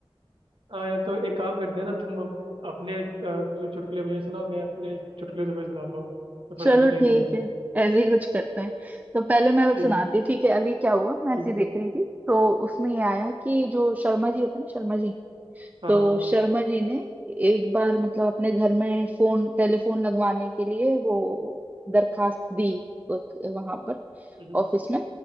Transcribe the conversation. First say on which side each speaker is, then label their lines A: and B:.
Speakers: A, on the right; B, on the right.
A: हाँ यार तो एक काम करते हैं ना तुम अब अपने अ, कुछ तो चुटकुले मुझे सुनाओ मैं अपने चुटकुले तुम्हें सुनाता हूँ तो थोड़ा
B: चलो
A: एंटरटेन
B: ठीक
A: भी हो जाएंगे
B: है ऐसे ही कुछ करते हैं तो पहले मैं
A: ठीक
B: सुनाती
A: है
B: हूँ ठीक है अभी क्या हुआ मैं
A: ठीक
B: ऐसे
A: है
B: ही देख रही थी तो उसमें ये आया कि जो शर्मा जी होते हैं ना शर्मा जी
A: हाँ
B: तो
A: हाँ
B: शर्मा जी ने एक बार मतलब अपने घर में फोन टेलीफोन लगवाने के लिए वो दरखास्त दी वहां पर
A: हम्म
B: ऑफिस में